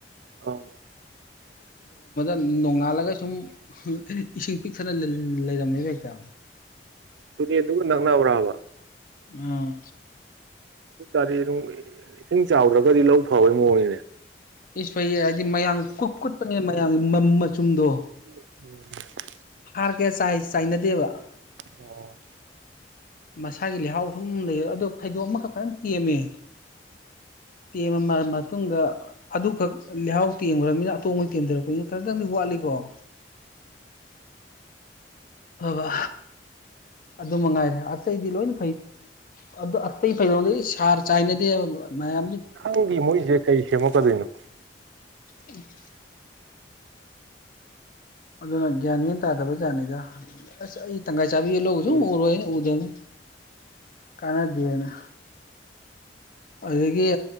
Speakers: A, on the right; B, on the left.
A: ꯑꯣ
B: ꯅꯣꯡꯉꯥꯜꯂꯒ ꯁꯨꯝ ꯏꯁꯤꯡ ꯄꯤꯛꯊꯅ ꯂꯩꯔꯝꯃꯦꯕ <unintelligible>
A: ꯇꯨꯔꯦꯟ ꯗꯨꯒ ꯅꯛꯅꯕ꯭ꯔꯥꯕ
B: ꯑꯥ
A: ꯑꯗꯨꯇꯥꯔꯗꯤ ꯑꯗꯨꯝ ꯏꯁꯤꯡ ꯆꯥꯎꯗ꯭ꯔꯒꯗꯤ ꯂꯧ ꯐꯕꯩ ꯃꯑꯣꯡꯅꯤꯅꯦ
B: ꯏꯁ ꯐꯩꯌꯦ ꯍꯥꯏꯗꯤ ꯃꯌꯥꯝ ꯀꯨ ꯀꯨꯠꯄꯅꯦ ꯃꯌꯥꯝꯒꯤ ꯃ ꯃ ꯃꯆꯨꯝꯗꯣ
A: <inaudible>
B: ꯍꯥꯔ ꯀꯌꯥ ꯆꯥꯏ ꯆꯥꯏꯅꯗꯦꯕ
A: ꯑꯣ
B: ꯃꯁꯥꯒꯤ ꯂꯩꯍꯥꯎ ꯁꯨꯝ ꯂꯩ ꯑꯗꯣ ꯐꯩꯗꯣꯝ ꯑꯃꯈꯛꯇꯪ ꯇꯦꯝꯃꯦ ꯇꯦꯝꯃ ꯃꯇꯨꯡꯗ ꯑꯗꯨꯈꯛ ꯂꯩꯍꯥꯎ ꯇꯦꯝꯈ꯭ꯔꯕꯅꯤꯅ ꯑꯇꯣꯡꯕ ꯇꯦꯝꯊꯔꯛꯄꯅꯤꯅ ꯈꯤꯇꯪꯗꯤ ꯋꯥꯠꯂꯤꯀꯣ ꯀꯣ ꯍꯣꯏꯕ ꯑꯗꯨꯃꯛ ꯉꯥꯏꯔꯦ ꯑꯇꯩꯗꯤ ꯂꯣꯏꯅ ꯐꯩ ꯑꯗꯣ ꯑꯇꯩ ꯐꯩꯗꯣꯝ ꯍꯔ ꯆꯥꯏꯗꯦꯗꯤ ꯃꯌꯥꯝ
A: ꯈꯪꯗꯦ ꯃꯣꯏꯁꯦ ꯀꯩ ꯁꯦꯝꯃꯛꯀꯗꯣꯏꯅꯣ
B: <unintelligible> ꯑꯗꯨꯅ ꯒ꯭ꯌꯥꯟ ꯃꯌꯥꯦꯟ ꯇꯥꯗꯕ ꯖꯥꯠꯅꯤꯗ ꯑꯁ ꯑꯩ ꯇꯪꯪꯈꯥꯏ ꯆꯕꯤ ꯂꯧꯁꯨ
A: ꯎꯝ
B: ꯎꯔꯣꯏ ꯎꯗꯕꯅꯤ ꯀꯥꯟꯅꯗꯦꯅ ꯑꯗꯨꯗꯒꯤ